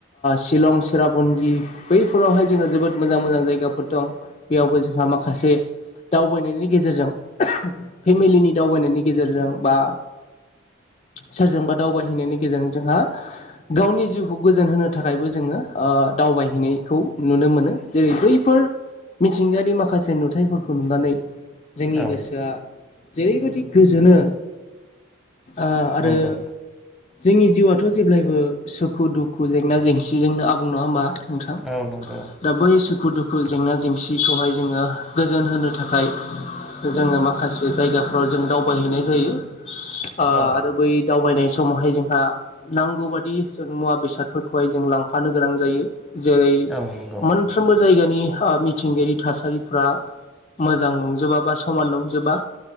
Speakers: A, on the left; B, in the centre.
A: शिलं चिरापुन्जि बैफोरावहाय जोंहा जोबोद मोजां मोजां जायगाफोर दं बेयावबो जोंहा माखासे दावबायनायनि गेजेरजों फेमिलिनि दावबायनायनि गेजेरजों बा। सोरजोंबा दावबायहैनायनि गेजेरजों जोंहा गावनि जिउखौ गोजोन होनो थाखायबो ओ जोङो दावबायहैनायखौ नुनो मोनो जेरै बैफोर मिथिंगानि माखासे नुथायाइफोरखौ नुनानै जोंनि
B: औ
A: गोसोआ जेरैबायदि गोजोनो आरो
B: नंगौ
A: जोंनि जिउआथ' जेब्लायबो सुखु दुखु जेंना जेंसि जोंनो आबुं नङा होमबा नोंथाङा
B: गलगौ <inaudible>
A: दा बै सुखु दुखु जेंना जेंसिखौहाय जोङो गोजोन होनो थाखाय जोङो माखासे जायगाफ्राव जों दावबायहैनाय जायो आरो
B: औ
A: बै दावबायनाय समावहाय जोंहा नांगौ बायदि जों मुवा बेसादफोरखौहाय जों लांफानो गोनां जायो जेरै
B: औ नंगौ
A: सानफ्रोमबो जायगानि मिथिंगायारि थासारिफ्रा मोजां नंजोबा बा समान नंजोबा